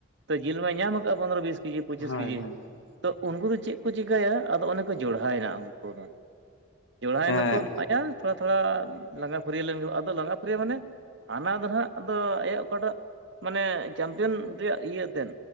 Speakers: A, on the right; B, on the left.
A: ᱛᱚ ᱡᱤᱞ ᱢᱟᱭ ᱧᱟᱢ ᱟᱠᱟᱫᱼᱟ ᱯᱚᱱᱨᱚ ᱵᱤᱥ ᱠᱮᱡᱤ ᱯᱚᱸᱪᱤᱥ
B: ᱦᱳᱭ
A: ᱠᱮᱡᱤ
B: ᱦᱳᱭ
A: ᱛᱚ ᱩᱱᱠᱩ ᱫᱚ ᱪᱮᱫ ᱠᱚ ᱪᱤᱠᱟᱭᱟ ᱟᱫᱚ ᱚᱱᱮ ᱠᱚ ᱡᱚᱲᱦᱟᱭᱮᱱᱟ ᱩᱱᱠᱩ ᱫᱚ ᱡᱟᱦᱟᱭ
B: ᱮᱸ
A: ᱱᱩᱠᱚ ᱮᱢᱟᱭᱟ ᱛᱷᱚᱲᱟ ᱛᱷᱚᱲᱟ ᱞᱟᱸᱜᱟ ᱯᱷᱩᱨᱭᱟᱹ ᱞᱮᱱ ᱟᱫᱚ ᱞᱟᱸᱜᱟ ᱯᱷᱟᱹᱨᱭᱟᱹ ᱢᱟᱱᱮ ᱦᱟᱱᱟ ᱫᱚ ᱦᱟᱜ ᱟᱫᱚ ᱟᱭᱟᱜ ᱚᱠᱟᱴᱟᱜ ᱢᱟᱱᱮ ᱪᱟᱢᱯᱤᱭᱟᱱ ᱨᱮᱭᱟᱜ ᱤᱭᱟᱹᱛᱮᱫ